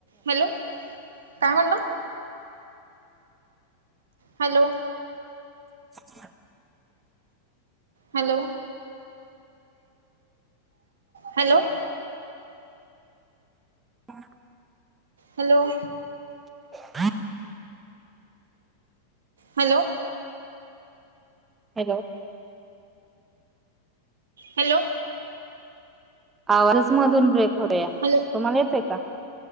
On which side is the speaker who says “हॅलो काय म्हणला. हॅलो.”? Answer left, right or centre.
Right